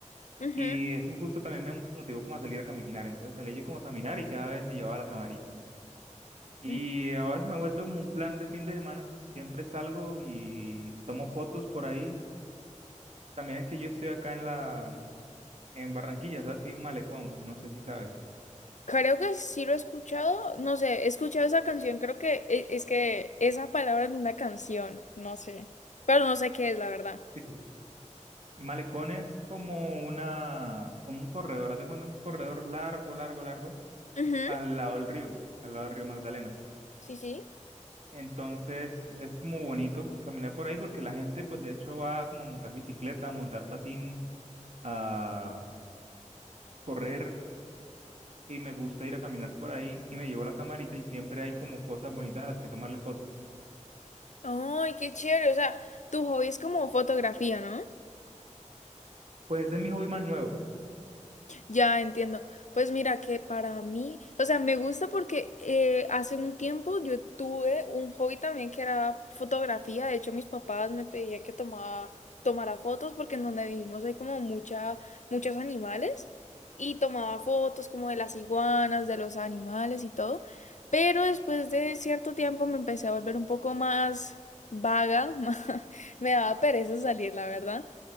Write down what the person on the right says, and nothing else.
y eso justo también me motivó como a salir a caminar. Entonces salía yo como a caminar y cada vez me llevaba la camarita. Y
ahora se me ha vuelto como un plan de fin de semana. Siempre salgo y tomo fotos por ahí. También es que yo estoy acá en la, en Barranquilla, ¿sabes? Que hay un malecón, no sé si sabes.
Sí, El malecón es como una, como un corredor, haz de cuenta un corredor largo, largo, largo,
al lado del río, al lado del río Magdalena.
Entonces es como bonito caminar por ahí porque la gente pues de hecho va como a montar bicicleta, a montar patín, a correr y me gusta ir a caminar por ahí y me llevo la camarita y siempre hay como cosas bonitas a las que tomarle fotos.
Pues ese es mi hobby más nuevo.